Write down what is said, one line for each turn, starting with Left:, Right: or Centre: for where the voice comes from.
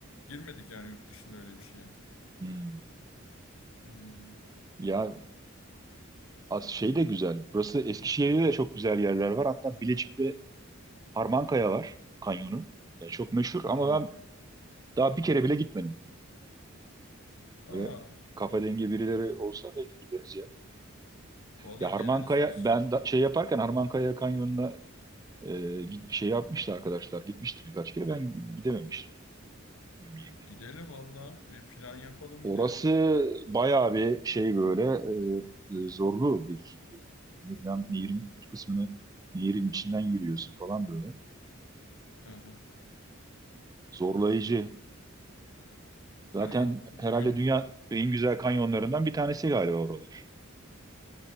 Left: Girmedik yani yurt dışında öyle bir şeye.
Right: Hmm.
Left: Hmm.
Right: Ya az şey de güzel. Burası Eskişehir'de de çok güzel yerler var. Hatta Bilecik'te Harmankaya var kanyonu. Ya çok meşhur ama
Left: Hmm.
Right: ben daha bir kere bile gitmedim.
Left: Aa,
Right: Böyle kafa dengi birileri olsa belki gideriz ya.
Left: valla
Right: Ya
Left: geliriz
Right: Harmankaya
Left: biz.
Right: ben da, şey yaparken Harmankaya kanyonuna Ee, git- şey yapmıştı arkadaşlar. Gitmişti birkaç kere. Ben gidememiştim. Bilmiyorum gidemedim.
Left: Gidelim valla. Bir plan yapalım
Right: Orası
Left: gidelim.
Right: bayağı bir şey böyle e, e, zorlu bir nehirden, nehirin bir kısmını nehirin içinden yürüyorsun falan böyle.
Left: Hı hı.
Right: Zorlayıcı. Zaten
Left: Hani gün
Right: herhalde dünya en güzel kanyonlarından bir tanesi galiba oralar.